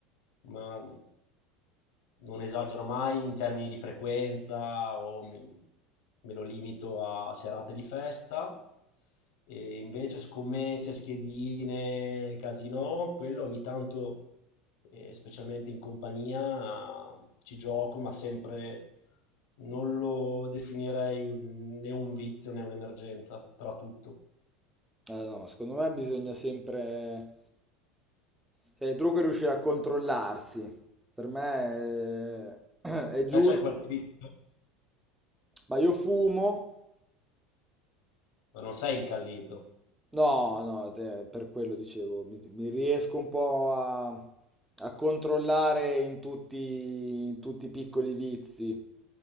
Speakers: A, on the left; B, in the centre.
A: ma non esagero mai in termini di frequenza o mi- me lo limito a serate di festa. E invece scommesse, schedine, casino, quello ogni tanto, eh, specialmente in compagnia, ci gioco, ma sempre non lo definirei un- né un vizio né un'emergenza, tra tutto.
B: no, ma secondo me bisogna sempre... Cioè, il trucco è riuscire a controllarsi. Per me eh, <clears throat> è, giusto.
A: Te c'hai qualche vizio?
B: Ma io fumo.
A: Ma non sei incallito.
B: No, no, te- per quello dicevo, mi, mi riesco un po' a, a controllare in tutti, in tutti i piccoli vizi